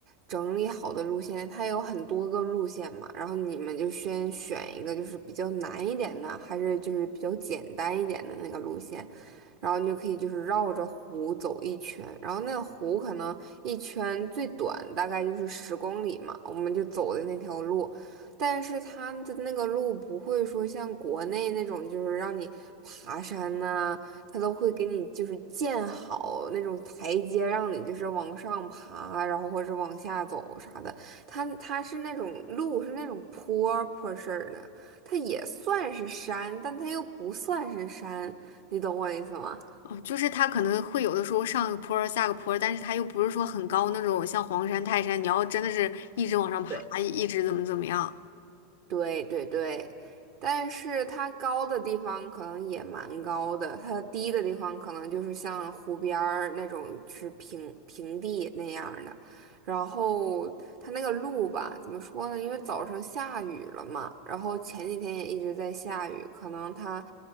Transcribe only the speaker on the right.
整理好的路线，它有很多个路线嘛，然后你们就先选一个就是比较难一点的，还是就是比较简单一点的那个路线，然后你就可以就是绕着湖走一圈，然后那个湖可能。一圈最短大概就是十公里嘛，我们就走的那条路，但是它的那个路不会说像国内那种，就是让你爬山呐、它都会给你就是建好那种台阶，让你就是往上爬，然后或者往下走啥的。它它是那种路是那种坡坡式儿的，它也算是山，但它又不算是山，你懂我的意思吗？
对。
对对对，但是它高的地方可能也蛮高的，它低的地方可能就是像湖边儿那种是平平地那样儿的，然后它那个路吧，怎么说呢？因为早上下雨了嘛，然后前几天也一直在下雨，可能它